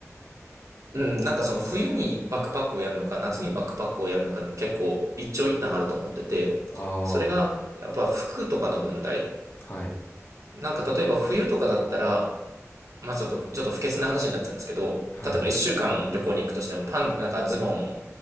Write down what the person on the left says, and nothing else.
ああ、
はい。
はい。